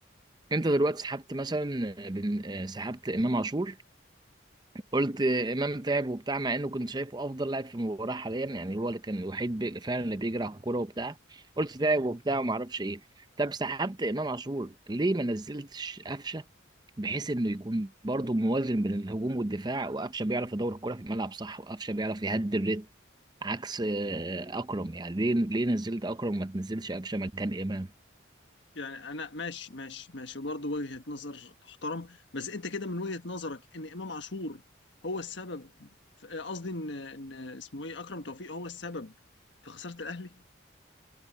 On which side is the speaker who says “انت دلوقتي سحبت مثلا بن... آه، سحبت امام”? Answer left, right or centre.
Right